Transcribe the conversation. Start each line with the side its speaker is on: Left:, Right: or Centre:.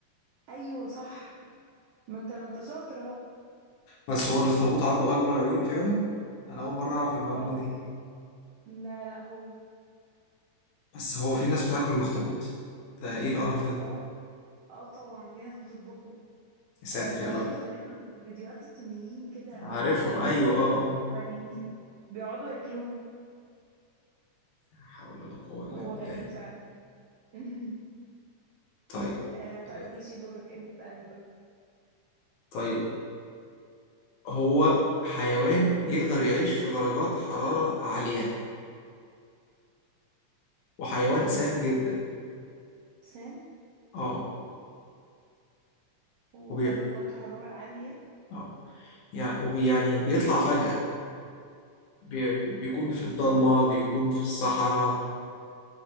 Right: أيوة صح ما انت ما انت شاطر اهو
Left: بس هو الاخطبوط عنده اكبر عيون فعلا انا اول مرة اعرف المعلومة
Right: اه
Left: دي
Right: لا لا هو
Left: بس هو في ناس بتاكله الاخطبوط ده ايه القرف ده
Right: اه اه طبعا في ناس بتطبخه
Left: يا ساتر
Right: آه
Left: يا
Right: في
Left: رب
Right: فيديوهات فيديوهات الصينيين كده او
Left: عارفهم
Right: مش عارفه
Left: ايوه اه اه
Right: يابانيين بيقعدوا ياكلوه
Left: لا حول ولا قوة الا
Right: هو
Left: بالله
Right: غريب فعلا <laughs>
Left: طيب
Right: آه طيب
Left: آه،
Right: ماشي دورك انت تسألني بقى
Left: طيب هو حيوان يقدر يعيش في درجات حرارة عالية وحيوان سام جدا
Right: سام
Left: اه
Right: ودرجات
Left: وبي...
Right: حرارة عالية
Left: اه يعني وبي يعني بيطلع فجأة بي بيكون في الضلمة بيكون في الصحراء